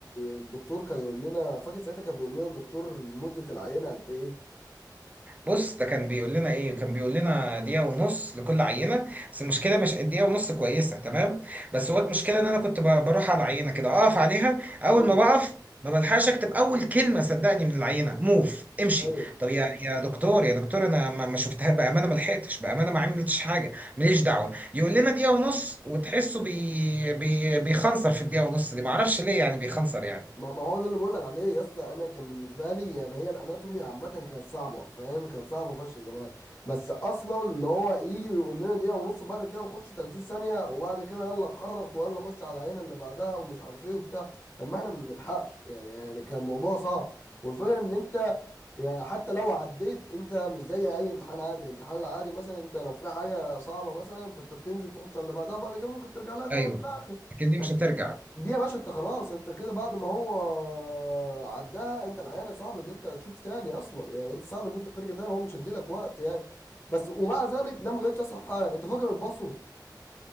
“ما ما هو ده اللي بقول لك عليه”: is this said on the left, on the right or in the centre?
Left